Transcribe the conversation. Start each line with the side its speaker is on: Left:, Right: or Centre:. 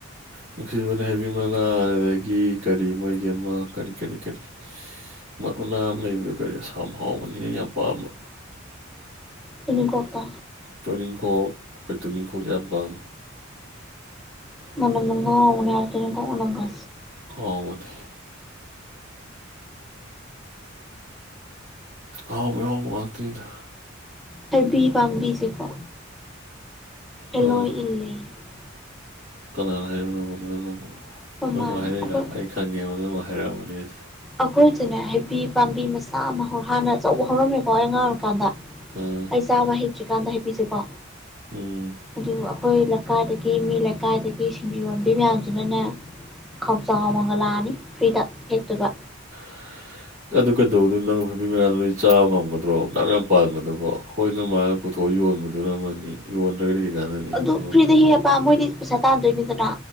Right: ꯅꯨꯡꯁꯤꯕꯅꯦ ꯍꯩꯕꯤ ꯃꯅꯥ ꯑꯗꯒꯤ ꯀꯔꯤ ꯃꯣꯏꯒꯤ ꯑꯃ ꯀꯔꯤ ꯀꯔꯤ ꯀꯔꯤ ꯃꯣꯏ ꯎꯅꯥ ꯑꯃ ꯂꯩꯕꯗꯣ ꯀꯔꯤ ꯑꯁꯥꯝ ꯍꯥꯎꯕꯅꯤ ꯑꯩ ꯌꯥꯝ ꯄꯥꯝꯕ
Centre: ꯇꯣꯅꯤꯡꯈꯣꯛꯇꯣ
Right: ꯇꯣꯅꯤꯡꯈꯣꯛ ꯍꯣꯏ ꯇꯨꯅꯤꯡꯈꯣꯛꯁꯦ ꯌꯥꯝ ꯄꯥꯝꯃꯦ
Centre: ꯃꯅꯝꯗꯣ ꯉꯥꯎꯕꯅꯦ ꯍꯥꯏꯕ ꯇꯨꯅꯤꯡꯈꯣꯛ ꯃꯅꯝ ꯒꯥ
Right: ꯉꯥꯎꯕꯅꯦ ꯑꯍꯥꯏꯕꯩ ꯑꯍꯥꯎꯕ ꯉꯥꯛꯇꯅꯤꯗ
Centre: ꯍꯩꯕꯤ ꯄꯥꯝꯕꯤꯁꯦꯀꯣ ꯍꯦꯂꯣꯏ
Right: ꯑꯥ
Centre: ꯏꯜꯂꯦ ꯑꯩꯈꯣꯏ
Right: ꯀꯅꯥꯅ ꯍꯥꯏꯕꯅꯣꯕ ꯑꯗꯨꯅ ꯑꯃꯨꯛ ꯅꯣꯏ
Centre: ꯃꯥꯅ
Right: ꯃꯥ ꯍꯥꯏꯔꯛꯏꯔꯥ
Centre: ꯑꯩꯈꯣꯏ
Right: ꯑꯩ ꯈꯪꯉꯦꯕ ꯅꯣꯏ ꯃꯥ ꯍꯥꯏꯔꯛꯑꯝꯒꯅꯦꯁꯦ
Centre: ꯑꯈꯣꯏꯆꯨꯅꯦ ꯍꯩꯕꯤ ꯄꯥꯝꯕꯤ ꯃꯆꯥ ꯑꯃ ꯍꯧ ꯍꯥꯟꯅ ꯑꯆꯧꯕ ꯍꯧꯔꯝꯃꯦꯀꯣ ꯑꯩ ꯑꯉꯥꯡ ꯀꯥꯟꯗ
Right: ꯑꯥ
Centre: ꯑꯩ ꯆꯥꯕ ꯍꯩꯇ꯭ꯔꯤꯀꯥꯟꯗ ꯍꯩꯕꯤꯁꯦꯀꯣ
Right: ꯎꯝ
Centre: ꯑꯗꯨꯕꯨ ꯑꯈꯣꯏ ꯂꯩꯀꯥꯏꯗꯒꯤ ꯃꯤ ꯂꯩꯀꯥꯏꯗꯒꯤ ꯁꯤꯡꯖꯨ ꯌꯣꯟꯕꯤ ꯃꯌꯥꯝꯁꯤꯅꯅꯦ ꯈꯥꯎꯖꯥꯎ ꯑꯃꯝꯒ ꯂꯥꯛꯑꯅꯤ ꯐ꯭ꯔꯤꯗ ꯍꯦꯛꯇꯣꯏꯕ
Right: <inaudible> ꯑꯗꯨ ꯀꯩꯗꯧꯔꯨꯗꯣꯏ ꯅꯪ ꯍꯩꯕꯤ ꯃꯅꯥꯗꯣ ꯅꯣꯏ ꯆꯥꯕ ꯉꯝꯒꯗ꯭ꯔꯣ ꯑꯗꯥꯝ ꯌꯥꯝ ꯄꯥꯟꯕꯗꯨꯕꯣ ꯍꯣꯏꯅ ꯅꯣꯏ ꯃꯥ ꯄꯨꯊꯣꯛꯑ ꯌꯣꯟꯕꯗꯨꯅ ꯑꯃꯅꯤ ꯌꯣꯟꯗ꯭ꯔꯒꯗꯤ ꯀꯩ ꯀꯥꯟꯅꯅꯤ
Centre: ꯑꯗꯨ
Right: ꯏꯕꯨꯡꯉꯣ
Centre: ꯐ꯭ꯔꯤꯗ ꯍꯦꯛꯑꯕ ꯃꯣꯏꯗꯤ ꯄꯩꯁꯥ ꯇꯥꯟꯗꯣꯏꯅꯤꯗꯅ